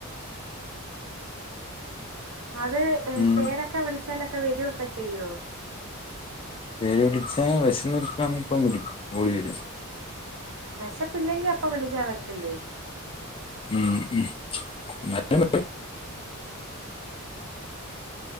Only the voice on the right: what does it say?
അത്
പേരൊക്കെ വിളിച്ചാലൊക്കെ വരോക്കെ ചെയ്യോ?
വെശപ്പില്ലെങ്കി അപ്പ വിളിച്ച വരത്തില്ലേ